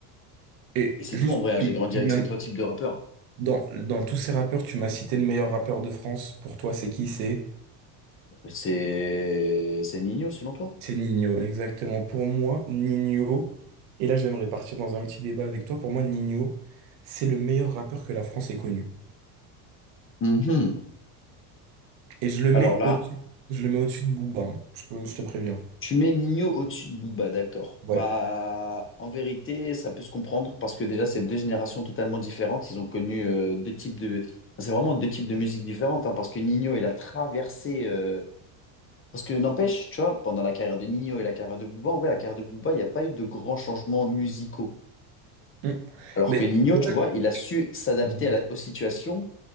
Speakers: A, on the right; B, on the left.
A: Et
B: Et c'est
A: juste,
B: tout en vrai, hein,
A: tu,
B: j'ai grandi
A: tu
B: avec
A: viens-
B: ces trois types de rappeurs.
A: dans, dans tous ces rappeurs, tu m'as cité le meilleur rappeur de France. Pour toi, c'est qui? C'est
B: C'est c'est Nino selon toi?
A: C'est Nino, exactement. Pour moi, Nino, et là j'aimerais partir dans un petit débat avec toi, pour moi, Nino, c'est le meilleur rappeur que la France ait connu.
B: Mhm.
A: Et je le
B: Alors
A: mets
B: là,
A: au-dessus, je le mets au-dessus de Booba, hein. Je peux- je te préviens.
B: tu mets Nino au-dessus de Booba, d'accord.
A: Ouais.
B: Bah, en vérité, ça peut se comprendre parce que déjà, c'est deux générations totalement différentes. Ils ont connu euh, deux types de. enfin, C'est vraiment deux types de musique différentes hein, parce que Nino, il a traversé. euh, Parce que n'empêche, tu vois, pendant la carrière de Nino et la carrière de Booba, en vrai, la carrière de Booba, il n'y a pas eu de grands changements musicaux.
A: Mm.
B: Alors
A: Mais
B: que Nino,
A: tu vois,
B: tu vois, il a su s'adapter
A: Mm.
B: à la- aux situations,